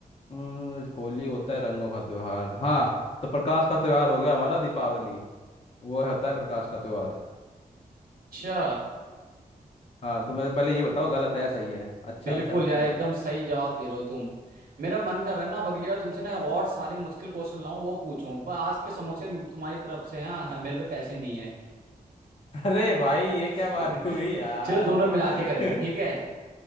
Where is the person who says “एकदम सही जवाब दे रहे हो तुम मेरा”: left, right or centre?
Right